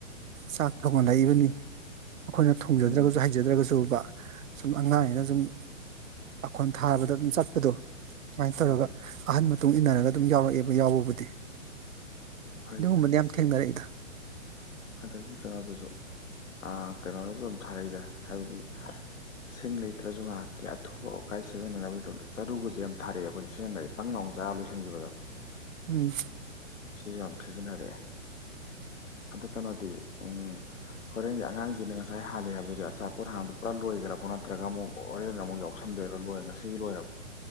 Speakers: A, on the right; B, on the left.
A: ꯆꯥꯛ ꯊꯣꯡꯍꯜꯂꯛꯏꯕꯅꯤ ꯑꯥꯈꯣꯏꯅ ꯊꯣꯡꯖꯗ꯭ꯔꯒꯖꯨ
B: ꯎꯝ
A: ꯍꯩꯖꯗ꯭ꯔꯒꯖꯨꯕ ꯁꯨꯝ ꯑꯉꯥꯡꯅꯤꯅ ꯖꯨꯝ ꯄꯥꯈꯣꯟ ꯊꯥꯕꯗ ꯑꯗꯨꯝ ꯆꯠꯄꯗꯣ ꯑꯗꯨꯃꯥꯏꯅ ꯇꯧꯔꯒ
B: ꯎꯝ
A: ꯑꯍꯟ ꯃꯇꯨꯡ ꯏꯟꯅꯔꯒ ꯑꯗꯨꯝ ꯌꯥꯎꯔꯛꯑꯦꯕ ꯌꯥꯎꯕꯕꯨꯗꯤ
B: ꯐꯩ
A: ꯑꯗꯨꯒꯨꯝꯕꯗꯤ ꯌꯥꯝ ꯊꯦꯡꯅꯔꯛꯏꯗ
B: ꯍꯟꯗꯛꯀꯤ ꯀꯩꯅꯣꯗꯨꯖꯨ ꯑꯥ ꯀꯩꯅꯣꯅꯖꯨ ꯑꯗꯨꯝ ꯊꯥꯔꯛꯏꯗ ꯍꯥꯏꯕꯗꯤ ꯁꯤꯡ ꯂꯩꯇ꯭ꯔꯖꯨ ꯉꯍꯥꯛꯀꯤ ꯑꯊꯨꯕ ꯋꯥꯀꯥꯏ ꯁꯤꯖꯤꯟꯅꯅꯕꯒꯤꯗꯃꯛꯇ ꯆꯔꯨꯒꯖꯨ ꯌꯥꯝ ꯊꯥꯔꯛꯑꯦ ꯑꯩꯈꯣꯏ ꯁꯤꯖꯤꯟꯅꯔꯛꯑꯦ ꯄꯪ ꯂꯥꯎ ꯆꯥꯛꯑꯒ ꯂꯣꯏꯁꯤꯟꯒꯤꯕꯗꯣ
A: ꯎꯝ
B: ꯁꯤꯖꯨ ꯌꯥꯝ ꯁꯤꯖꯤꯟꯅꯔꯛꯑꯦ ꯑꯗꯨ ꯀꯩꯅꯣꯗꯤ ꯎꯝ ꯍꯣꯔꯦꯟꯒꯤ ꯑꯉꯥꯡꯖꯤꯡꯅ ꯉꯁꯥꯏ ꯍꯥꯜꯂꯤ ꯍꯥꯏꯕꯗꯨꯗꯤ ꯑꯆꯥꯄꯣꯠ ꯍꯥꯟꯕꯗꯣ ꯄꯨꯔꯥ ꯂꯣꯏꯒ꯭ꯔꯕꯣ ꯅꯠꯇ꯭ꯔꯒ ꯑꯃꯨꯛ ꯍꯣꯔꯦꯟ ꯑꯃꯨꯛ ꯌꯥꯎꯁꯟꯗꯣꯏꯔꯣ ꯂꯣꯏ ꯉꯁꯤꯒꯤ ꯂꯣꯏꯔꯕ